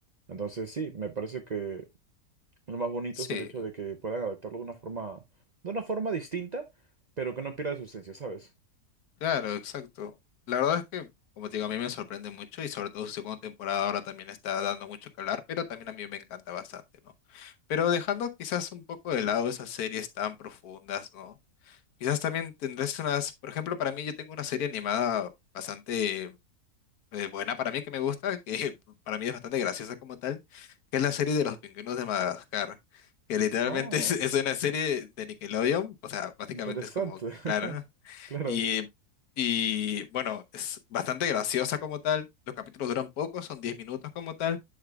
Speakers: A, on the right; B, on the left.
A: Entonces sí, me parece que... Lo más bonito
B: Sí,
A: es el hecho de que puedan adaptarlo de una forma, de una forma distinta, pero que no pierda su esencia, ¿sabes?
B: claro, exacto. La verdad es que, como te digo, a mí me sorprende mucho y sobre todo su segunda temporada ahora también está dando mucho que hablar, pero también a mí me encanta bastante, ¿no? Pero dejando quizás un poco de lado esas series tan profundas, ¿no? Quizás también tendrás unas, por ejemplo, para mí yo tengo una serie animada bastante eh, buena para mí que me gusta, que <laughs> para mí es bastante graciosa como tal, que es la serie de los pingüinos de Madagascar, que literalmente
A: Oh,
B: <laughs> es, es una serie de Nickelodeon, o sea, básicamente
A: interesante.
B: es como que
A: <laughs>
B: Clara,
A: Claro,
B: y, y bueno, es bastante graciosa como tal, los capítulos duran poco, son 10 minutos como tal,